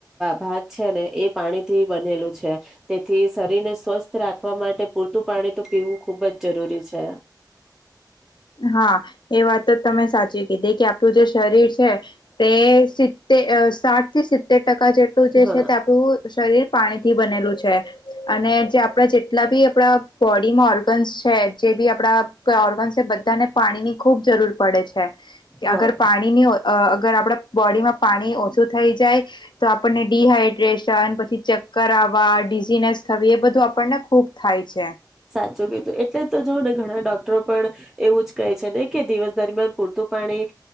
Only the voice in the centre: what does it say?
ભાગ છે ને એ પાણીથી બનેલું છે તેથી શરીર ને સ્વસ્થ રાખવા માટે પૂરતું પાણી તો પીવું ખૂબ જ જરૂરી છે.
હા
હા
સાચું કીધું એટલે તો જો ને ઘણા ડોક્ટરો પણ એવું જ કહે છે ને કે દિવસ દરમિયાન પૂરતું પાણી